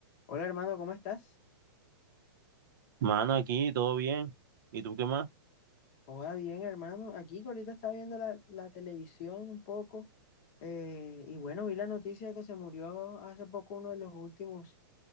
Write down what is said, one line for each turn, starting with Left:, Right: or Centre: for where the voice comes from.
Left: Hola hermano, ¿cómo estás?
Right: Mano, aquí todo bien. ¿Y tú qué más?
Left: Hola, bien hermano. Aquí que ahorita estaba viendo la, la televisión un poco eh, y bueno, vi la noticia de que se murió hace poco uno de los últimos